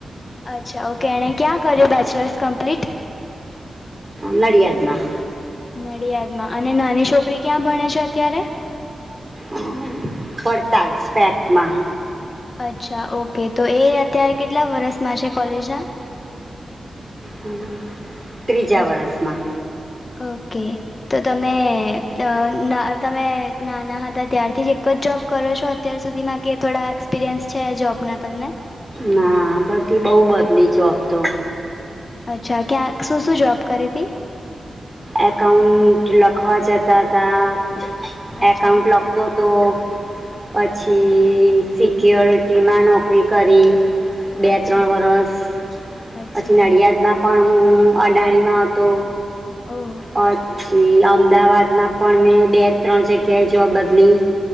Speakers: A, on the left; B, on the right.
A: અચ્છા ઓકે એણે ક્યાં કર્યું બેચલર્સ કમ્પ્લીટ?
B: નડિયાદમાં.
A: નડિયાદમાં અને નાની છોકરી ક્યાં ભણે છે અત્યારે?
B: આણંદ. વડતાલ સ્પેકમાં.
A: અચ્છા ઓકે તો એ અત્યારે કેટલા વર્ષમાં છે કોલેજના?
B: હમ્મ. ત્રીજા વરસમાં.
A: ઓકે. તો તમે તમે અ ના નમે નાના હતા ત્યારથી જ એક જ જોબ કરો છો અત અત્યાર સુધીમાં કે થોડા એક્સપિરિયન્સ છે જોબના તમને?
B: ના બધી બહુ બદલી જોબ તો.
A: અચ્છા ક્યાંક શું શું જોબ કરી હતી?
B: એકાઉન્ટ લખવા જતા હતા
A: અચ્છા
B: એકાઉન્ટ લખતો તો પછી સિક્યોયોરિટીમાં નોકરી કરી. બે
A: અચ્છા
B: ત્રણ વરસ
A: અચ્છા
B: પછી નડિયાદમાં પણ હું અડાણીમાં હતો.
A: ઓહો
B: પછી અમદાવાદમાં પણ મેં બે ત્રણ જગ્યાએ જોબ બદલી.